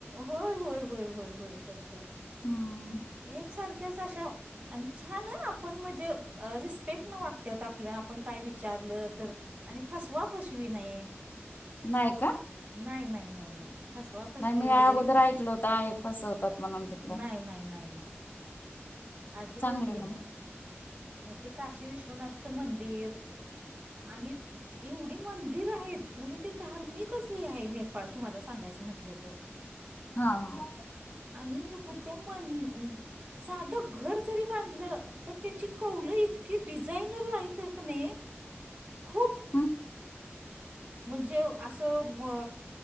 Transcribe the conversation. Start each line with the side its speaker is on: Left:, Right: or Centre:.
Right: होय होय होय होय होय होय होय
Left: हम्म
Right: एकसारक्याच आशा आनी छान आ आपन म्हणजे अ रिस्पेक्ट न वाग्त्यात आपल्या आपन काय विचारलं तर. आनी फसवा फसवी नाई.
Left: नाई का?
Right: नाई नाई नाई नाई फसवा फसवी
Left: नाई मी
Right: वगैरे
Left: आगोदर
Right: का
Left: ऐकलं होत आए फसवतात म्हणून तिकडं.
Right: नाई नाई नाई. आजिबात
Left: चांगले
Right: हे
Left: ना मग
Right: नाई मग ते काशी विश्वनाथचं मंदिर आनी एवडीं मंदिर हाईत म्हणजे ते हे धार्मिकच हे हाय नेपाळ तुमाला सांगायचं म्हटलं तर.
Left: हा हा.
Right: आनी कूत्या मन साधं घर जरी बांधलं तर त्यांची कौलं इतकी डिझायनर हायीतत क नाई खूप
Left: हम <unintelligible>
Right: म्हणजे असं म